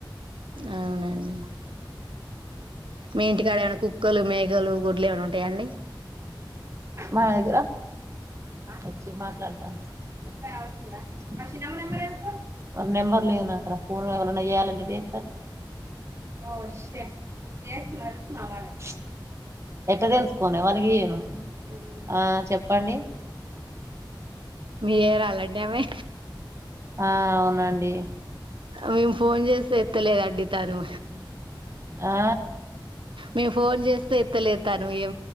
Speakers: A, on the right; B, on the right.
A: అవునండి మీ ఇంటికాడ ఏమైన్న కుక్కలు మేకలు గొడ్లు ఏమైనా ఉంటాయ అండి
B: మా దగ్గర వచ్చి మాట్లాడతాను <unintelligible> మా చిన్నమ్మ నెంబర్ ఏసుకో నెంబర్ లేదు నా కాడా ఫోన్ ఎవరైన్నా చేయాలంటే చేస్తారు ఓ షట్ <unintelligible> ఎట్ట తెలుసుకోనే వాళ్ళకి ఇయాను ఆ చెప్పండి
A: మీరు చేయాలండి ఆమె
B: ఆ అవునండి
A: మేము ఫోన్ చేస్తే ఎత్తలేదు అండి తను
B: ఆ
A: మేము ఫోన్ చేస్తే ఎత్తలేదు తను ఏ